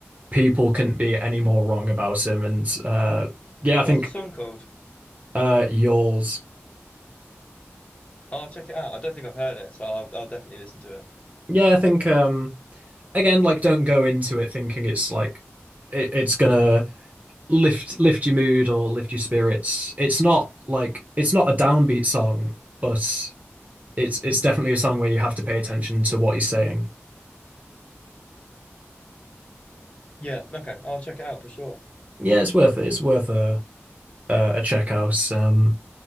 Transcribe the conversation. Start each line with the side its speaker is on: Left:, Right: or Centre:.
Right: people couldn't be any more wrong about him. And uh, yeah, I
Left: What's
Right: think
Left: the song called?
Right: uh, yours.
Left: I'll check it out. I don't think I've heard it, so I'll, I'll definitely listen to it.
Right: Yeah, I think um, again, like, don't go into it thinking it's like it, it's gonna lift lift your mood or lift your spirits. It's not like it's not a downbeat song, but it's it's definitely a song where you have to pay attention to what he's saying.
Left: Yeah, okay, I'll check it out for sure.
Right: Yeah, it's worth it. It's worth a a, a check out. Um,